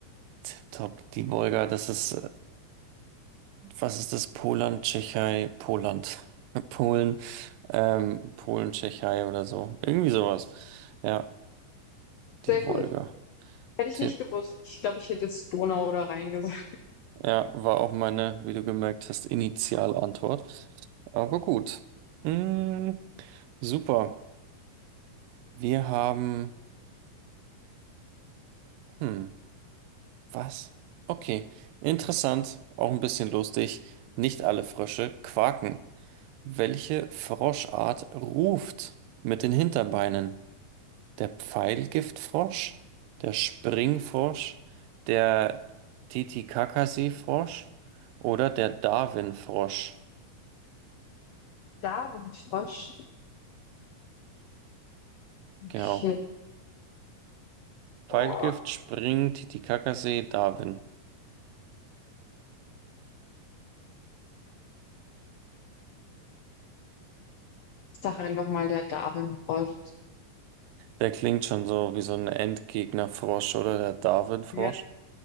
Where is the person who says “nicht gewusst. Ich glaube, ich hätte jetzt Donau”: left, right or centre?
Left